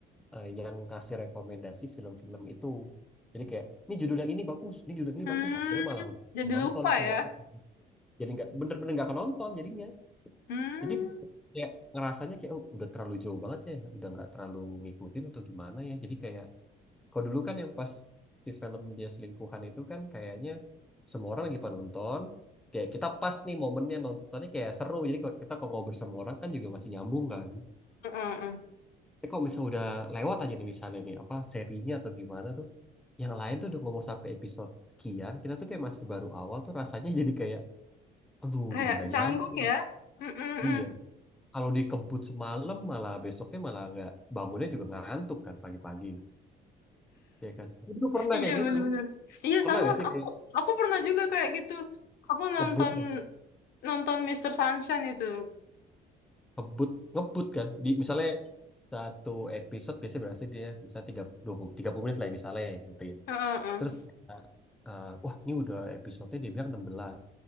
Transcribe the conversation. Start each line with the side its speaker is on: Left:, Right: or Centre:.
Centre: eh, yang kasih rekomendasi film-film itu jadi kayak ini judul yang ini bagus ini judul yang ini
Left: Hmm,
Centre: bagus akhirnya malah nggak
Left: jadi
Centre: nonton
Left: lupa
Centre: semua
Left: ya.
Centre: jadi nggak bener-bener nggak nonton jadinya
Left: Hmm,
Centre: jadi kayak ngerasanya kayak oh, udah terlalu jauh banget ya udah nggak terlalu ngikutin atau gimana ya jadi kayak kalau dulu kan yang pas si film dia selingkuhan itu kan kayaknya semua orang lagi pada nonton. Kayak kita pas nih momennya nontonnya kayak seru. Jadi kalau kita kalau ngobrol sama orang kan juga masih nyambung kan.
Left: Heeh, heeh.
Centre: Tapi kalau misalnya udah lewat aja nih misalnya nih apa serinya atau gimana tuh. Yang lain tuh udah ngomong sampai episode sekian. Kita tuh kayak masih baru awal tuh rasanya <laughs> jadi kayak aduh
Left: Kayak
Centre: jadi nggak
Left: canggung
Centre: nyambung.
Left: ya. mm, mm, mm.
Centre: Iya. Kalau dikebut semalam malah besoknya malah nggak bangunnya juga ngantuk kan pagi-pagi. Ya kan. Dulu pernah
Left: Iya
Centre: kayak gitu.
Left: benar-benar. Iya
Centre: Pernah
Left: sama.
Centre: gak sih
Left: Aku
Centre: kayak
Left: aku pernah juga kayak gitu. Aku nonton
Centre: ngebut
Left: nonton Mister Sunshine itu.
Centre: ngebut ngebut kan di misalnya satu episode biasanya berapa sih dia misalnya tiga dua puluh tiga puluh menit lah ya, misalnya gitu ya
Left: Heeh, heeh.
Centre: terus eh, eh, wah ini udah episodenya dia bilang 16